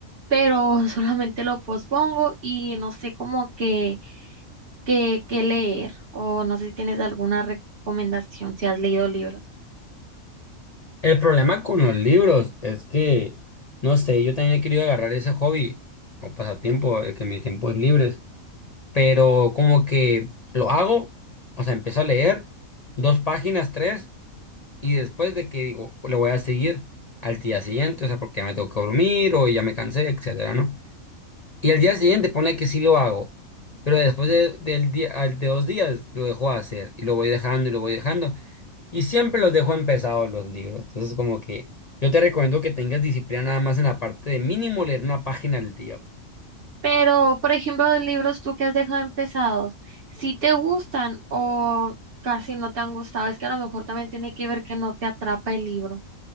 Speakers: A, on the right; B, on the left.
A: pero <laughs> solamente lo pospongo y no sé como que que que leer o no sé si tienes alguna recomendación si has leído libros.
B: El problema con los libros es que, no sé, yo también he querido agarrar ese hobby o pasatiempo, el que mis tiempos libres. pero como que lo hago, o sea, empiezo a leer dos páginas, tres, y después de que digo, lo voy a seguir al día siguiente, o sea, porque ya me tengo que dormir o ya me cansé, etcétera, ¿no? Y al día siguiente pone que sí lo hago, pero después de, del día, al- de dos días lo dejo de hacer y lo voy dejando y lo voy dejando. Y siempre los dejo empezados los libros, entonces como que yo te recomiendo que tengas disciplina nada más en la parte de mínimo leer una página al día.
A: Pero, por ejemplo, de libros tú que has dejado empezados, si te gustan o casi no te han gustado, es que a lo mejor también tiene que ver que no te atrapa el libro.